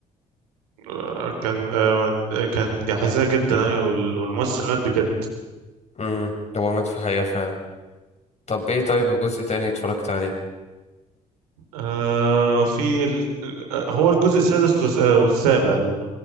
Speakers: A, on the right; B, on the left.
A: آه، آه، كان آه كان حزينة جدا ايوه وال- والممثل مات بجد
B: امم هو مات في الحقيقة فعلا طب ايه طيب جزء تاني اتفرجت عليه
A: آه في ال... آه، هو الجزء السادس والس- آه، والسابع ال-